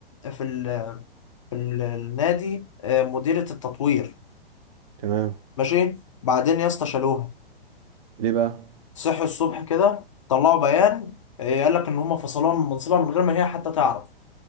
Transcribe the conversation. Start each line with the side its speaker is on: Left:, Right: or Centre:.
Left: في ال في ال- النادي آه، مديرة التطوير
Right: تمام
Left: ماشي بعدين يا اسطى شالوها
Right: ليه بقى
Left: صحوا الصبح كده طلعوا بيان آه، قال لك ان هم فصلوها من منصبها من غير ما هي حتى تعرف